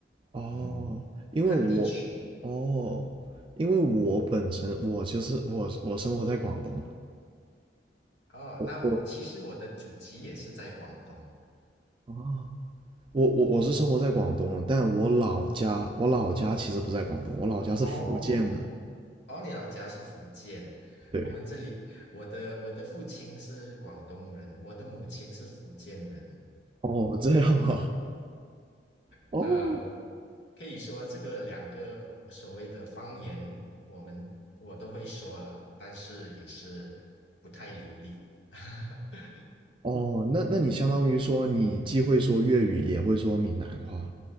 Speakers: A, on the right (about 30°); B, on the left (about 75°).
A: 哦，
B: 嗯。
A: 因为我哦，
B: 看地区
A: 因为我本身我其实我我生活在广东，
B: 哦。那其实我的祖籍也是在广东
A: 我啊，我我我是生活在广东的但我老家我老家其实不在广东，我老家是福建的。
B: 哦。哦，你老家是福建，
A: 对，
B: 我们这里，我的我的父亲是广东人，我的母亲是福建人。
A: <laughs> 哦，这样啊，哦
B: 那我可以说这个两个我所谓的方言，我们我都会说了，但是也是不太流利。<laughs>
A: 哦，那那你相当于说你既会说粤语，也会说闽南话